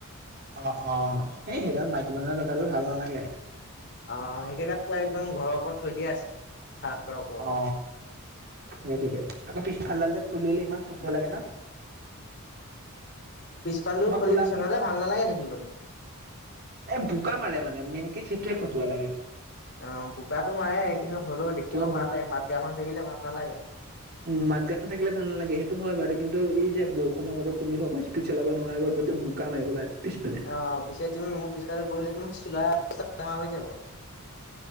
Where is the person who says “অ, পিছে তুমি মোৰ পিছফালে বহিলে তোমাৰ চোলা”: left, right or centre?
Left